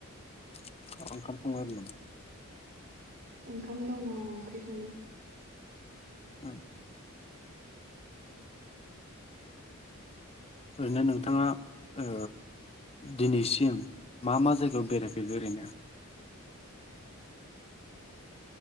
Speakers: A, on the left; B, on the right.
A: <unintelligible>
B: औ ओंखाम दंङ ओंख्रि संनि
A: उम ओरैनो नोंथांङा ओ दिनैसिम मा मा जायगायाव बेरायफेरखो ओरैनो‌